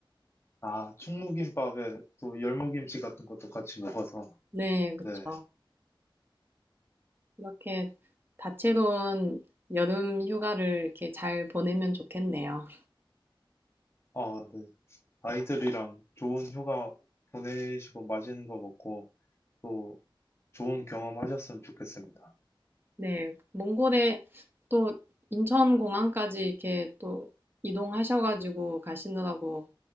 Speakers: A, on the left; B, on the right.
A: 아, 충무김밥에 또 열무김치 같은 것도 같이 먹어서,
B: 네, 그쵸.
A: 네.
B: 이렇게 다채로운 여름 휴가를 이렇게 잘 보내면 좋겠네요.
A: 아, 네. 아이들이랑 좋은 휴가 보내시고 맛있는 거 먹고 또 좋은 경험 하셨으면 좋겠습니다.
B: 네, 몽골에 또 인천공항까지 이렇게 또 이동하셔가지고 가시느라고